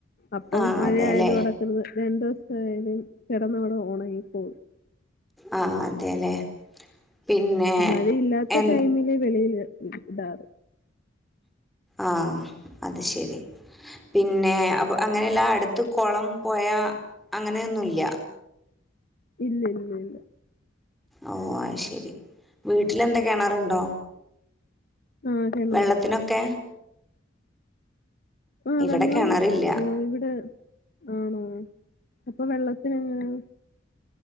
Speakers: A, on the left; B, in the centre.
A: അപ്പം
B: ആഹ്
A: മഴയാലും
B: അതെല്ലേ
A: അടക്കുന്നത് രണ്ട ദിവസായാലും കിടന്നോണ്ട് ഓണങ്ങിക്കോളും
B: ആ ആ അതെല്ലേ പിന്നെ
A: മഴയില്ലാത്ത
B: എ
A: ടൈമില് വെളയിൽ ഇടാറ്
B: ആ അത് ശരി പിന്നെ അപ്പൊ അങ്ങനെയല്ല അടുത്ത് കൊളം പൊയാ അങ്ങനെയൊന്നുല്ല
A: ഇല്ല ഇല്ല ല്ലാ
B: ഓ അയി ശെരി വീട്ടിലെന്താ കെണറുണ്ടോ
A: ആ കിണറുണ്ട്
B: വെള്ളത്തിനൊക്കെ
A: ആ
B: ഇവിടെ
A: വെള്ളം
B: കിണറില്ല
A: ഇവിടെ ആണോ അപ്പൊ വെള്ളത്തിന് ങ്ങനെ